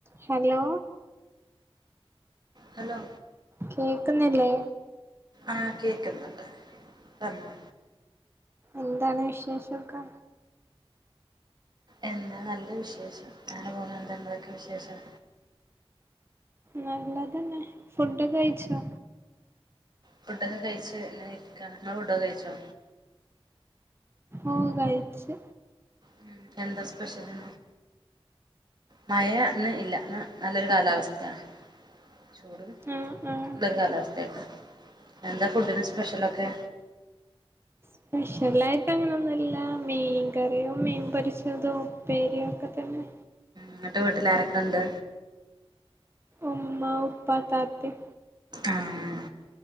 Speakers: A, on the right (about 25°); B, on the right (about 45°).
A: ഹലോ
B: ഹലോ
A: കേൾക്കുന്നില്ലേ
B: ആഹ് കേൾക്കുന്നുണ്ട് പറഞ്ഞോ
A: എന്താണ് വിശേഷൊക്കെ
B: എന്താ നല്ല വിശേഷം അങ്ങനെ പോണ് ന്താ ഇങ്ങളൊക്കെ വിശേഷം
A: നല്ലതന്നെ ഫുഡൊക്കെ കഴിച്ചോ
B: ഫുഡൊക്കെ കഴിച്ച് ങ്ങനെ ഇരിക്കാണ്. ഇങ്ങള് ഫുഡൊക്കെ കഴിച്ചോ
A: ഓഹ് കഴിച്ചു
B: ഉം. എന്താ സ്പെഷ്യല് മയ ന്ന് ഇല്ല ന്ന് നല്ലൊരു കാലാവസ്ഥയാ ചൂടും <unintelligible>
A: ആഹ് ആഹ്
B: കാലവസ്ഥയായിട്ടാ. എന്താ ഫുഡ്ന് സ്പെഷ്യലൊക്കെ
A: സ്പെഷലായിട്ട് അങ്ങനൊന്നുല്ല മീൻ കറിയും മീൻ പൊരിച്ചതും ഉപ്പേരിയോക്കെ തന്നെ
B: ഇന്നിട്ട് വീട്ടിലാരൊക്കെണ്ട്
A: ഉമ്മ ഉപ്പ താത്തിം
B: ആഹ്